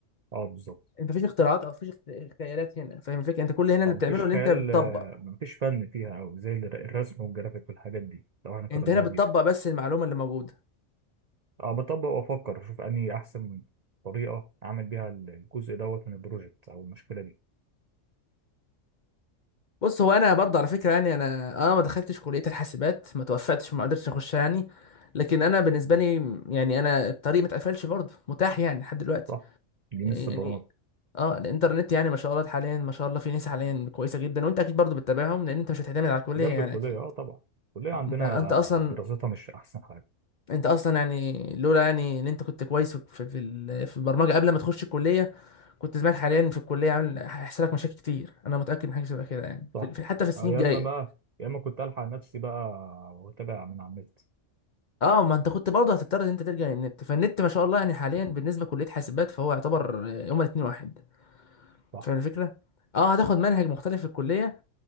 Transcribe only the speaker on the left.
انت مفيش اختراعات او مفيش اخت- خيالات هنا فاهم الفكره انت كل هنا اللي
بتعمله
ان
انت بتطبق
انت هنا بتطبق
بس المعلومه اللي موجوده
بص هو انا برضه على فكره يعني انا انا ما دخلتش كليه الحاسبات ما توفقتش وما قدرتش اخش يعني لكن انا بالنسبه
لي يعني انا الطريق ما اتقفلش برضه متاح يعني لحد دلوقتي
يعني
اه الانترنت يعني ما شاء الله حاليا ما شاء الله في ناس حاليا كويسه جدا وانت اكيد برضو بتتابعهم لان انت مش هتعتمد على الكليه
يعني
اكيد
انت انت اصلا
انت اصلا يعني لولا يعني ان انت كنت كويس في في, ال- في البرمجه قبل ما تخش الكليه كنت زمان حاليا في الكليه عامل هيحصل لك مشاكل كتير انا متاكد من حاجه شبه كده يعني
في في- حتى في السنين
الجايه
اه ما انت كنت برضه هتضطر ان انت ترجع النت فالنت ما شاء الله يعني حاليا بالنسبه لكليه حاسبات فهو يعتبر آه، هما الاثنين واحد
فاهم الفكره اه هتاخد منهج مختلف في الكليه